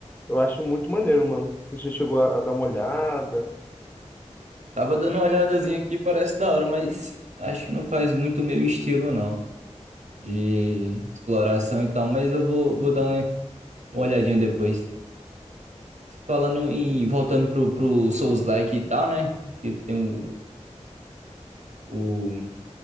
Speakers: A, on the left (about 15°); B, on the right (about 75°).
A: eu acho muito maneiro, mano. Você já chegou a, a dar uma olhada.
B: Tava dando uma olhadazinha aqui, parece da hora, mas acho que não faz muito meu estilo, não. De exploração e tal, mas eu vou, vou dar uma, uma olhadinha depois. Falando em, voltando pro, pro Souls-like e tal, né? Que tem o,